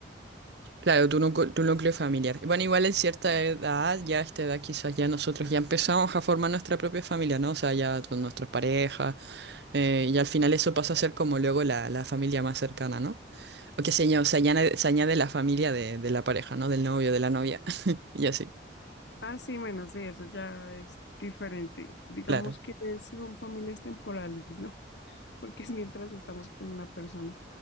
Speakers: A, on the right; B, on the left.
A: Claro, tu, núcleo tu núcleo familiar. Y Bueno, igual en cierta edad, ya a esta edad quizás ya nosotros ya empezamos a formar nuestra propia familia, ¿no? O sea, ya con nuestras parejas, eh, y al final eso pasa a ser como luego la, la familia más cercana, ¿no? O que se, aña- se
B: Sí.
A: añade, se añade la familia de, de la pareja, ¿no? Del novio, de la novia, <laughs> y así,
B: Ah, sí, bueno, sí, eso ya es diferente. Digamos
A: claro.
B: que es- son familias temporales, ¿no? <laughs> Porque es mientras estamos con la persona.